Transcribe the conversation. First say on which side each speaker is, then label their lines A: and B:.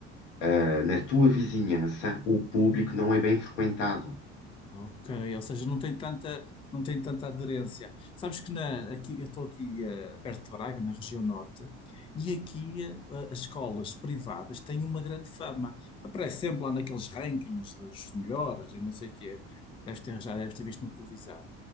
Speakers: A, on the left; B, on the left.
A: ah, na tua vizinhança o público não é bem frequentado.
B: Ok, ou seja, não tem tanta, não tem tanta aderência. Sabes que na, aqui, eu estou aqui eh, perto de Braga, na região norte, e aqui eh, as escolas privadas têm uma grande fama. Aparece sempre lá naqueles rankings dos melhores e não sei o quê. Deves ter, já deves ter visto na televisão.